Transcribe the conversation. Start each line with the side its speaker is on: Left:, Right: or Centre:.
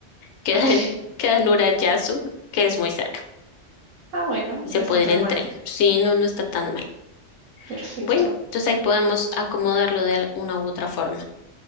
Left: Queda
Right: Ok.
Left: en, queda en Urayasu, que es muy cerca.
Right: Ah, bueno,
Left: Y se
Right: no está
Left: puede
Right: tan
Left: ir en
Right: mal.
Left: tren. Sí, no, no está tan mal.
Right: Perfecto.
Left: Bueno, entonces ahí podemos acomodarlo de una u otra forma.